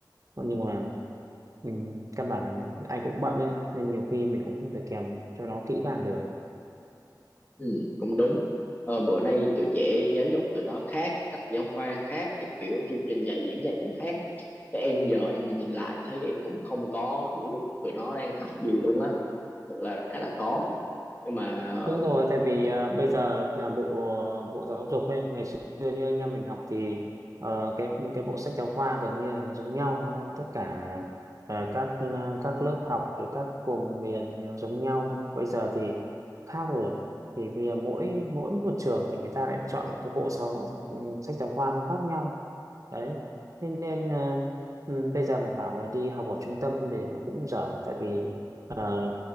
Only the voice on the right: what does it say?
Thế nhưng mà ừm, căn bản là anh cũng bận đấy nên nhiều khi mình cũng không thể kèm cho nó kỹ càng được
Đúng rồi, tại vì à, bây giờ là bộ bộ giáo dục ấy, ngày xưa như anh em mình học thì ờ, cái cái bộ sách giáo khoa gần như là nó giống nhau, đúng không? Tất cả ờ, các ờ, các lớp học rồi các vùng miền thì nó giống nhau. Bây giờ thì khác rồi. Thì bây giờ mỗi mỗi một trường thì người ta lại chọn một cái bộ giáo, ừm, sách giáo khoa nó khác nhau. Đấy. Thế nên ờ, ừm, bây giờ mà bảo mà đi học ở trung tâm thì nó cũng dở tại vì ờ,